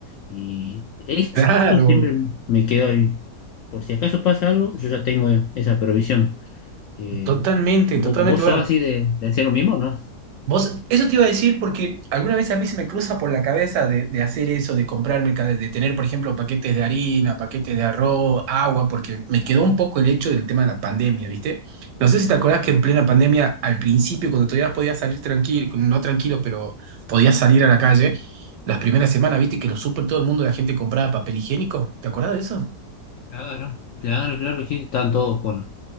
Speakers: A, on the left; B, on the right.
A: Y eso,
B: Claro,
A: siempre me quedo ahí. Por si acaso pasa algo, yo ya tengo esa provisión. Eh,
B: totalmente,
A: ¿vo-
B: totalmente.
A: ¿vos,
B: Bueno,
A: sos así de, de hacer lo mismo, no?
B: Vos, eso te iba a decir porque alguna vez a mí se me cruza por la cabeza de, de hacer eso, de comprarme, ca- de tener, por ejemplo, paquetes de harina, paquetes de arroz, agua, porque me quedó un poco el hecho del tema de la pandemia, ¿viste? No sé si te acordás que en plena pandemia, al principio, cuando todavía podías salir tranquilo, no tranquilo, pero podías salir a la calle, las primeras semanas, ¿viste? Que los super todo el mundo, la gente compraba papel higiénico. ¿Te acordás de eso?
A: Claro, claro, claro, sí, están todos con